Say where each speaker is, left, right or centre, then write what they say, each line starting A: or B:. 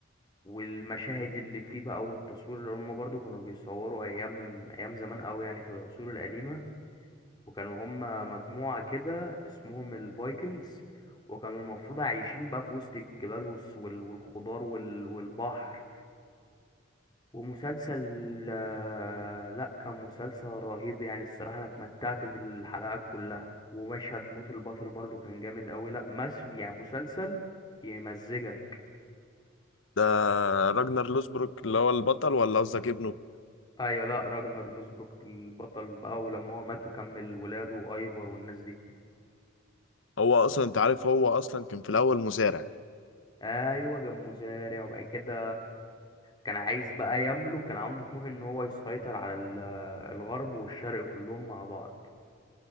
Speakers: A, on the left; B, on the left.
A: والمشاهد اللي فيه بقى والتصوير اللي هم برضو كانوا بيصوروا ايام ايام زمان قوي يعني في العصور القديمة وكانوا هم مجموعة كده اسمهم الفايكنجز وكانوا المفروض عايشين بقى في وسط الجبال والس- وال- والخضار وال- والبحر ومسلسل آه، لا كان مسلسل رهيب يعني الصراحة انا اتمتعت بالحلقات كلها ومشهد موت البطل برضو كان جامد قوي لا مش يعني مسلسل يمزجك
B: ده راجنر لوسبروك اللي هو البطل ولا قصدك ابنه
A: ايوه لا راجنر لوسبروك البطل بقى ولما هو مات وكمل ولاده وايفر والناس دي
B: هو اصلا انت عارف هو اصلا كان في الاول مزارع
A: ايوه كان مزارع وبعد كده كان عايز بقى يملك كان عنده طموح ان هو يسيطر على ال- الغرب والشرق كلهم مع بعض